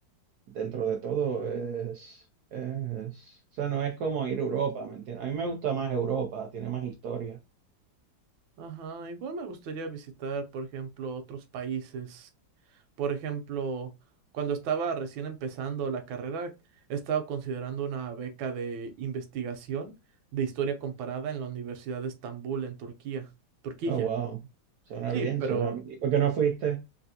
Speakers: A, on the right; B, on the right.
A: dentro de todo es, es, o sea, no es como ir a Europa, ¿me entiendes? A mí me gusta más Europa, tiene más historia.
B: Ajá, igual me gustaría visitar, por ejemplo, otros países. Por ejemplo, cuando estaba recién empezando la carrera, estaba considerando una beca de investigación de historia comparada en la Universidad de Estambul, en Turquía. Turquía.
A: Oh, wow, suena
B: Sí,
A: bien,
B: pero...
A: suena bien. ¿Y por qué no fuiste?